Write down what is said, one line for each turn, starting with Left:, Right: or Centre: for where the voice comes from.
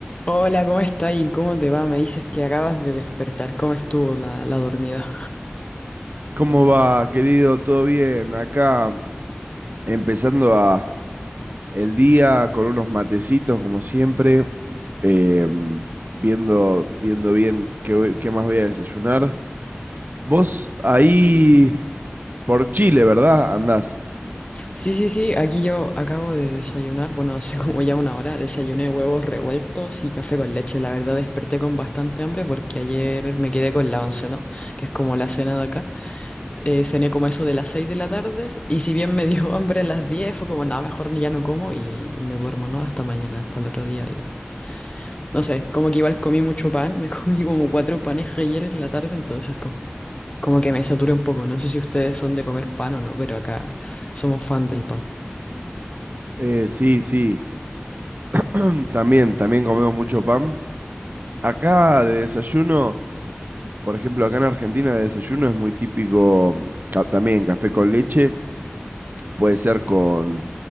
Left: Hola, ¿cómo está y cómo te va? Me dices que acabas de despertar. ¿Cómo estuvo la, la dormida?
Right: ¿Cómo va, querido? ¿Todo bien? Acá empezando a el día con unos matecitos, como siempre, em, viendo, viendo bien qué, voy- qué más voy a desayunar. Vos ahí por Chile, ¿verdad? Andás.
Left: Sí, sí, sí, aquí yo acabo de desayunar. Bueno, hace como <laughs> ya una hora. Desayuné huevos revueltos y café con leche. La verdad desperté con bastante hambre porque ayer me quedé con la once, ¿no? Que es como la cena de acá. Eh, cené como eso de las 6 de la tarde y si bien me dio <laughs> hambre a las 10 fue como, nada, mejor ya no como y, y me duermo, ¿no? Hasta mañana, hasta el otro día. Y... pues, No sé, como que igual comí mucho pan. <laughs> Me comí como cuatro panes ayer en la tarde, entonces como... como que me saturé un poco. No sé si ustedes son de comer pan o no, pero acá somos fan del pan.
Right: Eh, sí, sí. <clears throat> También, también comemos mucho pan. Acá de desayuno, por ejemplo, acá en Argentina de desayuno es muy típico ca- también café con leche Puede ser con,